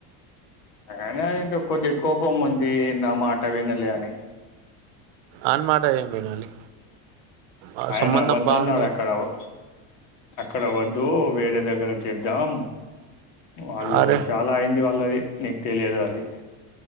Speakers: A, on the left; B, on the right.
A: ఐన ఏందో కొద్దిగ కోపం ఉంది నా మాట వినలే అని.
B: ఆన్ మాట ఏం వినాలి? ఆ
A: ఆయనా
B: సంబంధం
A: వద్దానాడక్కడవో.
B: బాగుంది
A: అక్కడ వద్దు వేరే దగ్గర చేద్దాం. వాళ్ళు
B: అరే
A: చాలా అయింది వాళ్ళది. నీక్ తెలియదు అది.